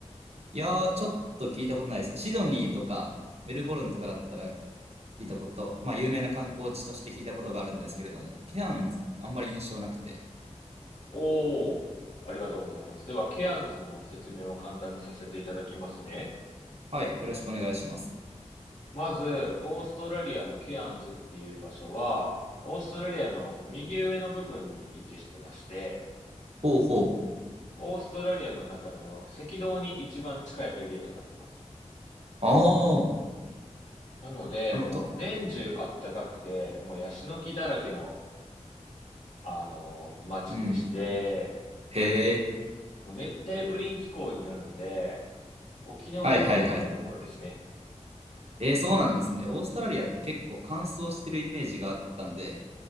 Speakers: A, on the right; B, on the left.
A: いやー、ちょっと聞いたことないですね。シドニーとかメルボルンとかだったら聞いたこと、まあ有名な観光地として聞いたことがあるんですけれども、ケアンズってあんまり印象なくて。
B: おー、ありがとうございます。では、ケアンズの説明を簡単にさせていただきますね。
A: はい、よろしくお願いします。
B: まず、オーストラリアのケアンズっていう場所は、オーストラリアの右上の部分に位置してまして、
A: ほうほう。
B: オーストラリアの中でも赤道に一番近いエリアとなってます。
A: ああ、
B: なので、
A: あのと、
B: もう年中あったかくて、もうヤシの木だらけの、あの、街でして、
A: うん。へえ。
B: もう熱帯雨林気候になるので、沖縄よりも暑いところですね。
A: はいはいはい。えー、そうなんですね。オーストラリアって結構乾燥してるイメージがあったんで、